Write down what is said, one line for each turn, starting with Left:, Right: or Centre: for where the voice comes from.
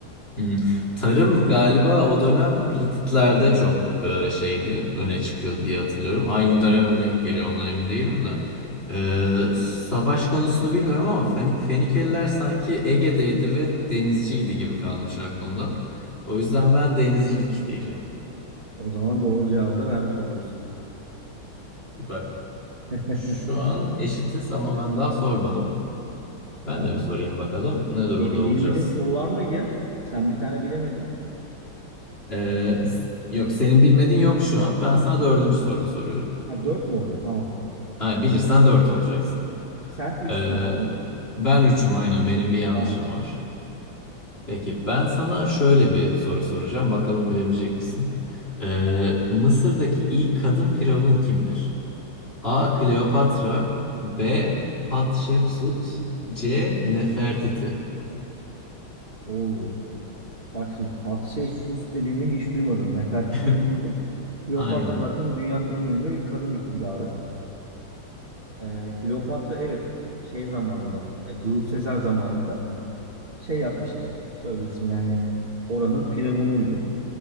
Left: hmm. Tarım galiba o dönem Hititler'de çok e, şeydi öne çıkıyordu diye hatırlıyorum. Aynı döneme mi denk geliyor ondan emin değilim de. Ee, savaş konusunu bilmiyorum ama Fani- Fenikeliler sanki Ege'deydi ve denizciydi gibi kalmış aklımda. O yüzden ben denizcilik diyeceğim.
Right: O zaman doğru cevabı da vermiş oluyorsun.
Left: Süper.
Right: <laughs>
Left: Şu an eşitiz ama ben daha sormadım. Ben
Right: Tamam.
Left: de bir sorayım bakalım ne durumda
Right: Benim
Left: olacağız.
Right: bilmediğim soru var mıydı ya? Sen bir tane bilemedin.
Left: Ee, s- yok senin bilmediğin yok şu an. Ben sana dördüncü sorunu soruyorum.
Right: Ha, 4 mü oluyor? Tamam.
Left: Ha, bilirsen 4 olacaksın.
Right: Sen 3'sün
Left: Ee,
Right: ama değil mi?
Left: ben üçüm, aynen benim bir yanlışım
Right: Tamam.
Left: var. Peki ben sana şöyle bir soru soracağım. Bakalım bilebilecek misin? Ee, Mısır'daki ilk kadın firavun kimdir? A. Kleopatra B. Hatshepsut C. Nefertiti
Right: Oo. Bak şimdi Hat şey Sus dediğini hiç duymadım. Nefertiti'yi
Left: <laughs>
Right: duydum. Kleopatra
Left: Aynen.
Right: zaten dünyanın en ünlü kadın hükümdarı. Ee, Kleopatra evet şey zamanında e, Julius Caesar zamanında şey yapmıştı. Söyle ismini yani oranın firavunuydu.